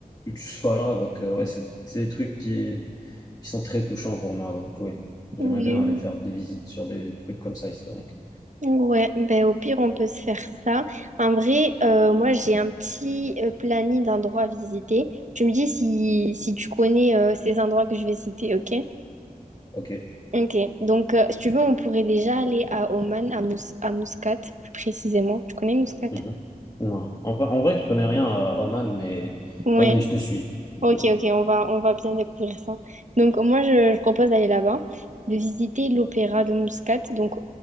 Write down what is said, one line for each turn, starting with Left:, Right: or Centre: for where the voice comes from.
Left: que tu sois là. Donc euh, ouais, c'est c'est des trucs qui, qui sont très touchants pour moi. Donc oui, j'aimerais
Right: Oui.
Left: bien aller faire des visites sur des trucs comme ça historiques.
Right: Ouais, ben au pire on peut se faire ça. En vrai, euh, moi j'ai un petit euh, planning d'endroits à visiter. Tu me dis si, si tu connais euh, ces endroits que je vais citer, ok?
Left: Ok.
Right: Ok. Donc euh, si tu veux, on pourrait déjà aller à Oman, à Mous- à Muscat, plus précisément. Tu connais Muscat?
Left: Mhm. Non. En vrai, en vrai, je connais rien à Oman, mais
Right: Ouais.
Left: vas-y, je te suis. Mhm.
Right: Ok, ok, on va on va bien découvrir ça. Donc moi je, je propose d'aller là-bas, de visiter l'opéra de Muscat. Donc